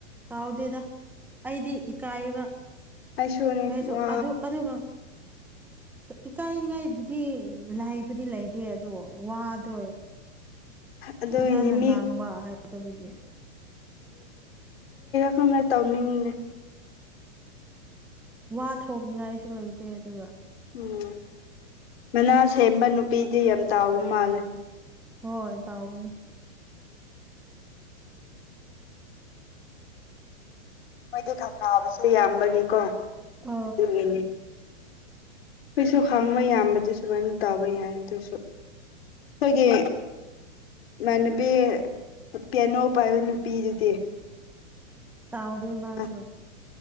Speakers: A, in the centre; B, on the left.
A: ꯇꯥꯎꯗꯦꯗ ꯑꯩꯗꯤ ꯏꯀꯥꯏꯌꯦꯕ
B: ꯑꯩꯁꯨꯅꯤ
A: ꯑꯩꯁꯨ
B: ꯋꯥ
A: ꯑꯗꯨ ꯑꯗꯨꯒ ꯏꯀꯥꯏꯅꯤꯡꯉꯥꯏꯕꯨꯗꯤ ꯂꯥꯏꯕꯨꯗꯤ ꯂꯩꯇꯦ ꯑꯗꯣ ꯋꯥꯗꯣꯏ
B: ꯑꯗꯨꯒꯤꯅꯤ
A: ꯐꯖꯅ
B: ꯃꯤ
A: ꯉꯥꯡꯕ ꯍꯥꯏꯗꯕꯒꯤ
B: ꯁꯪꯅ ꯇꯧꯅꯤꯡꯉꯦ
A: ꯋꯥ ꯊꯣꯛꯅꯤꯡꯉꯥꯏꯁꯨ ꯂꯩꯇꯦ ꯑꯗꯨꯒ
B: ꯎꯝ ꯃꯅꯥ ꯁꯦꯝꯕ ꯅꯨꯄꯤꯗꯤ ꯌꯥꯝ ꯇꯥꯎꯕ ꯃꯥꯜꯂꯦ
A: ꯍꯣꯏ ꯇꯥꯎꯒꯅꯤ
B: ꯃꯣꯏꯗꯤ ꯊꯧꯅꯥꯕꯁꯨ ꯌꯥꯝꯕꯒꯤꯀꯣ
A: ꯎ
B: ꯑꯗꯨꯒꯤꯅꯤ ꯑꯩꯈꯣꯏꯁꯨ ꯈꯪꯕ ꯌꯥꯝꯕꯗꯤ ꯁꯨꯃꯥꯏꯅ ꯇꯥꯕ ꯌꯥꯏ ꯑꯗꯨꯁꯨ ꯑꯩꯈꯣꯏꯒꯤ ꯏꯃꯅꯕꯤ ꯀꯦꯩꯅꯣ ꯄꯥꯏꯌ ꯅꯨꯄꯤꯗꯨꯗꯤ
A: ꯇꯑꯣꯗ ꯃꯥꯁꯨ
B: ꯑꯁ